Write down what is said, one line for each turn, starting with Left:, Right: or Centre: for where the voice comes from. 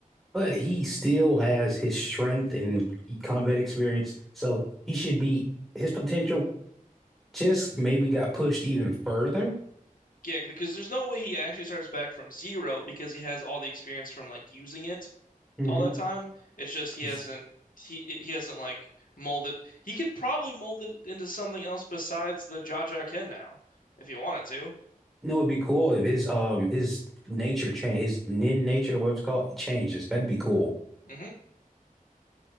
Centre: But he still has his strength and combat experience, so he should be his potential just maybe got pushed even further.
Left: Yeah, because there's no way he actually starts back from zero because he has all the experience from like using it
Centre: Mhm.
Left: all that time. It's just he
Centre: You
Left: hasn't he he hasn't like molded. He could probably mold it into something else besides the Jaja Ken now if he wanted to.
Centre: know, it'd be cool if his um his nature change his nin nature, what it's called, it changes. That'd be cool.
Left: hmm